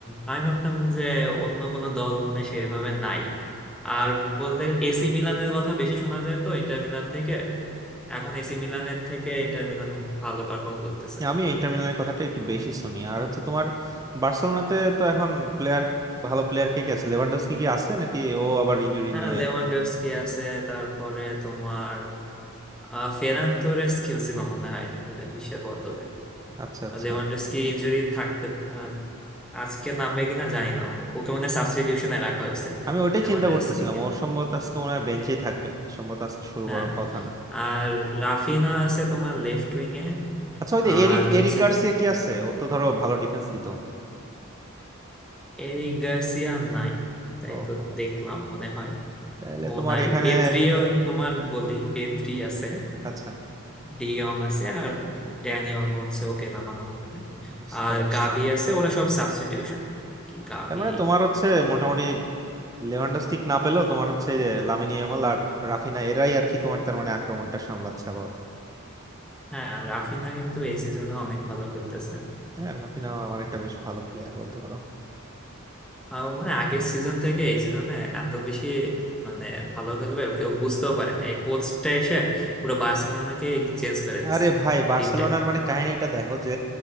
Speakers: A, in the centre; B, on the right (about 15°).
A: আমি ভাবতাম যে অন্য কোনো দল মনে হয় সেভাবে নাই আর বলতে গেলে এসি মিলানের কথা বেশি শোনা যায় তো ইন্টার মিলান থেকে এখন এসি মিলানের থেকে ইন্টার মিলান ভালো পারফর্ম করতেছে
B: আমি ইন্টার মিলানের কথাটা একটু বেশি শুনি আর হচ্ছে তোমার বার্সেলোনাতে তো এখন প্লেয়ার ভালো প্লেয়ার কে কে আছে লেভানডস্কি কি আছে নাকি ও আবার ইনজুরি
A: হ্যাঁ
B: নিয়ে
A: লেভানডস্কি আছে তারপরে তোমার আহ ফেরান তোরেস খেলছিল মনে হয় বিশ্বের বদলে
B: আচ্ছা আচ্ছা
A: লেভানডস্কি ইনজুরি থাকতে আহ, আজকে নামবে কিনা জানি না ওকে মনে সাবস্টিটিউশনে রাখা হয়েছে
B: আমি ওইটাই
A: লেভানডস্কিকে
B: চিন্তা করতেছিলাম ওর সম্ভবত আজকে মনে হয় বেঞ্চেই থাকবে সম্ভবত আজকে শুরু
A: হ্যাঁ
B: করার কথা না
A: আর রাফিনা আছে তোমার লেফট উইং এ
B: আচ্ছা ওই যে
A: আর
B: এরিক
A: হচ্ছে
B: এরিক গার্সিয়া কি আছে ও তো ধরো ভালো ডিফেন্স দিত
A: এরিক গার্সিয়া নাই তাই
B: ও
A: তো দেখলাম মনে হয়
B: তাহলে
A: ও
B: তোমার
A: নাই
B: এখানে
A: পেদ্রিও তোমার বলি পেদ্রি আছে
B: আচ্ছা
A: ডিয়ং আছে আর ড্যানিয়াল হচ্ছে ওকে নামানো হবে না
B: বুঝতে
A: আর
B: পারছি
A: গাভি আছে ওরা সব সাবস্টিটিউশনে আর কি গাভি
B: তার মানে তোমার হচ্ছে মোটামুটি লেভানডস্কি না পেলেও তোমার হচ্ছে এই যে লামিনী ইয়ামাল আর রাফিনা এরাই আর কি তোমার তার মানে আক্রমণটা সামলাচ্ছে আপাতত
A: হ্যাঁ আর রাফিনা কিন্তু এই সিজনে অনেক ভালো খেলতেছে
B: হ্যাঁ রাফিনাও আমার একটা বেশ ভালো প্লেয়ার বলতে পারো
A: আর ও মানে আগের সিজন থেকে এই সিজনে এত বেশি মানে ভালো খেলবে কেউ বুঝতেও পারে না এই কোচটা এসে পুরো বার্সেলোনাকে চেঞ্জ করে দিছে
B: আরে ভাই বার্সেলোনার
A: টিমটাকে
B: মানে কাহিনীটা দেখো যে